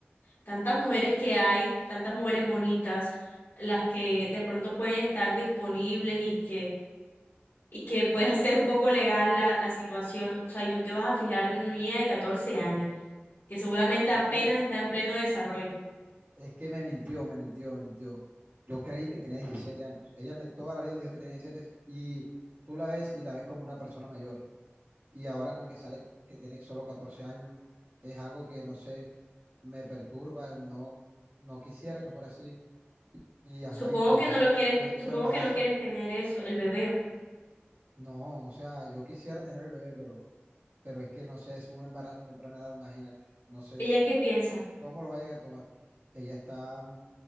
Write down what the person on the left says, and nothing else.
tantas mujeres que hay, tantas mujeres bonitas, las que de pronto pueden estar disponibles y que, y que pueda <laughs> ser un poco legal la, la situación, o sea, y tú te vas a fijar en una niña de catorce años. que seguramente
apenas
está en pleno desarrollo.
Supongo
que no lo
quieres,
supongo
que no quieres tener eso, el bebé.
¿Ella qué piensa?